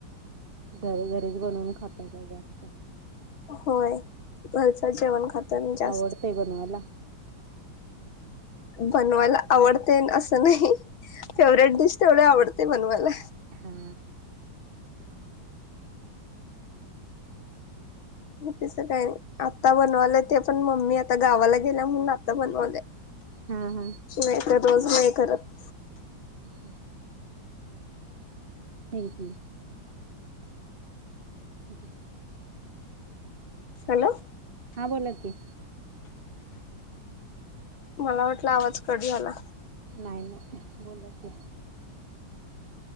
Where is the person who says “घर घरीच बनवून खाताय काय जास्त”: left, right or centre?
Right